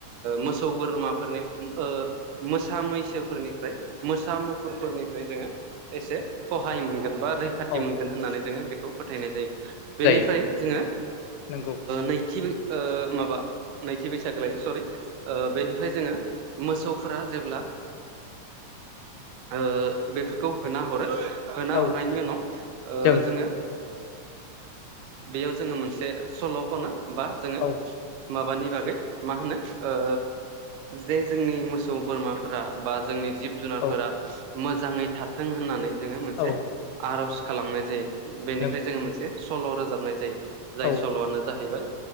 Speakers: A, on the right; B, on the left.
A: मोसौ बोरमाफोरनि ओ मोसा मैसोफोरनिफ्राय मोसा मुफुरफोरनिफ्राय जोंङो एसे सहाय मोनगोन बा रैखाथि
B: औ
A: मोनगोन होनानै जोंङो बेख खौ फोथायनाय जायो बेनिफ्राय
B: जायो
A: जोंङो
B: नंगौ
A: नै थि बै ओ माबा नैथि बैसागो लायो सरि। बेनिफ्राय जोंङो मोसौफोरा जेब्ला ओ बेफोरखौ होना हरो होना
B: औ
A: हरनायनि उनाव
B: जों
A: जोंङो बेयाव जोंङो मोनसे सल' खनो। बा जोंङो
B: औ
A: माबानि बागै मा होनो ओ जे जोंनि मोसौ बोरमाफोरा बा जोंनि जिब जुनारफोरा
B: औ
A: मोजाङै थाथों होननानै जोंङो मोनसे
B: औ
A: आर'ज खालामनाय जायो। बेनिफ्राय
B: नंगौ
A: जोंङो मोनसे सल' रोजाबनाय जायो जाय
B: औ
A: सल'आनो जाहैबाय